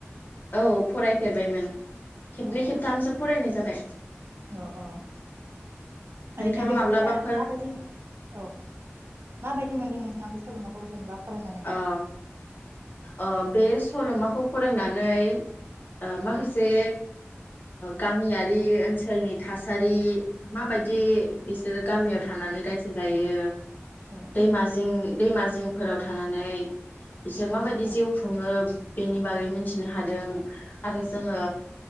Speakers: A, on the left (about 40°); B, on the right (about 60°).
A: औ फरायफेरबायमोन। खेबनै
B: अ
A: खेबथामसो फरायनाय जाबाय।
B: औ औ
A: नोंथाङा
B: ओरैनो बेखौ
A: माब्लाबाफोर
B: फरायनानै माबायदि औ। माबायदि मोनदों नोंथाङा बे सल'माखौ जेनेबा फरायनानै
A: ओ ओ बे सल'माखौ फरायनानै ओ माखासे गामियारि ओनसोलनि थासारि माबायदि बिसोरो गामियाव थानानै रायजो जायो
B: औ
A: दैमाजिं दैमाजिं फोराव थानानै। बिसोर माबायदि
B: औ
A: जिउ खुङो। बेनि बागै मिथिनो हादों। आरो
B: औ
A: जोङो।